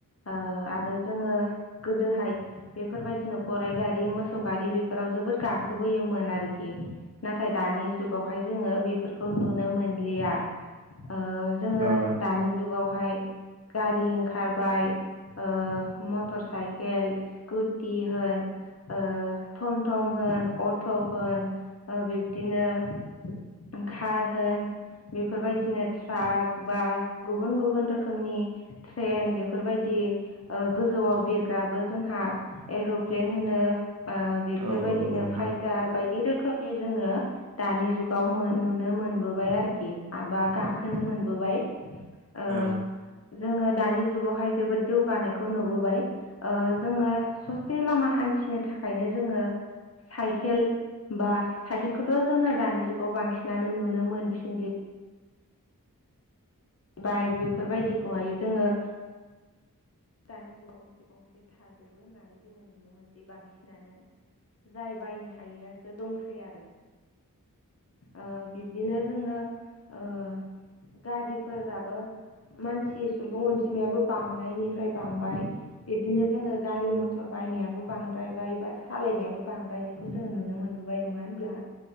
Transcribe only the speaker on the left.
ओ आरो जोङो गोदोहाय बेफोरबायदिनो गराइ गारि मोसौ गारि बेफोराव जोबोद गाखोबोयोमोन आरखि। नाथाय दानि जुगावहाय जोङो बेफोरखौ नुनो मोनलिया। ओ जोङो
दानि जुगावहाय गारि ओंखारबाय। ओ मटर साइकेल स्कुटि होन ओ थम थम होन अट' होन ओ बिब्दिनो ओं खार होन बेफोरबायदिनो ट्राक, बास, गुबुन गुबुन रोखोमनि ट्रेन बेफोरबायदि ओ गोजौआव बिरग्राबो जोंहा एर'प्लेन होनो बा बेफोरबायदिनो
फाइटार बायदि रोख खोमनि जोङो दानि जुगाव मो नुनो मोनबोबाय आरखि आ बा गाखोनो मोनबोबाय। ओ
जोङो दानि जुगावहाय जोबोद जौगानायखौ नुबोबाय ओ जोङो ससे लामा हान थिनो थाखायनो जोङो साइकेल बा साइकेलखौथ' जोङो दानि जुगाव बांसिनानो नुनो मोनफिनलि बाइक बेफोरबायदिखौहाय जोङो दानि जुगाव गंसे गंसे थाजोबो होननानै जोङो नुनो मोनसै बांसिनानो। जाय बायनो हायैयासो दंसै आरो। ओ बिब्दिनो जोङो ओ गारिफोराबो मानसि सुबुं अनजिमायाबो बांनायनि फ्राय बांबाय बिदिनो जोङो गारि मथर बायनायाबो बांद्रायबाय बा सालायनायाबो बांद्राय नायखौ जोङो नुनो मोनबोबाय नङा होनब्ला।